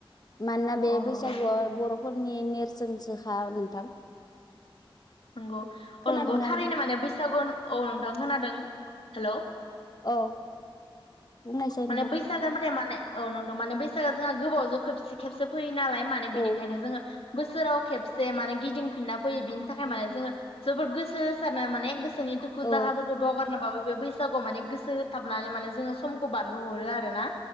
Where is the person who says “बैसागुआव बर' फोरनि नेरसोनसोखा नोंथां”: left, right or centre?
Left